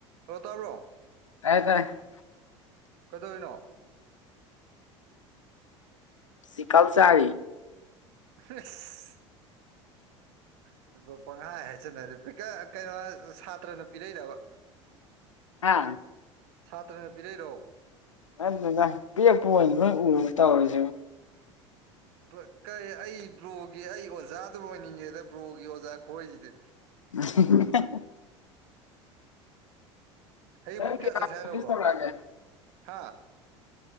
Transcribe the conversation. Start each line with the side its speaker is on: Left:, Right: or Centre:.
Right: Hello ꯇꯥꯕ꯭ꯔꯣ
Left: ꯇꯥꯏꯌꯦ ꯇꯥꯏꯌꯦ <unintelligible>
Right: ꯀꯩꯗꯧꯋꯤꯅꯣ
Left: ꯆꯤꯀꯜ ꯆꯥꯔꯤ
Right: ꯐꯤꯁ <unintelligible> ꯄꯪꯍꯥꯏ ꯍꯥꯏꯆꯤꯟꯅꯔꯤ <unintelligible> ꯀꯩꯅꯣ ꯁꯥꯇ꯭ꯔꯅ ꯄꯤꯔꯛꯏꯔꯕ
Left: ꯍꯥ
Right: ꯁꯥꯇ꯭ꯔꯅ ꯄꯤꯔꯛꯏꯔꯣ
Left: <unintelligible> ꯄꯤꯔꯛꯄ ꯑꯣꯢꯅꯍꯦꯛ ꯎꯕꯗ ꯇꯧꯔꯤꯁꯤꯅꯤ
Right: ꯕ꯭ꯔꯣ ꯀꯩ ꯑꯩ ꯕ꯭ꯔꯣꯒꯤ ꯑꯩ ꯑꯣꯖꯥꯗꯨꯝ ꯑꯣꯏꯅꯤꯡꯉꯦꯗ ꯕ꯭ꯔꯣꯒꯤ ꯑꯣꯖꯥ ꯈꯣꯏꯁꯤꯗꯤ
Left: <unintelligible>
Right: ꯍꯌꯦꯡ
Left: <unintelligible>
Right: ꯄꯨꯡ ꯀꯌꯥ ꯆꯠꯁꯦ ꯍꯥꯏꯅꯣ ꯕ꯭ꯔꯣ
Left: ꯇꯧꯔꯛꯑꯒꯦ
Right: ꯍꯥ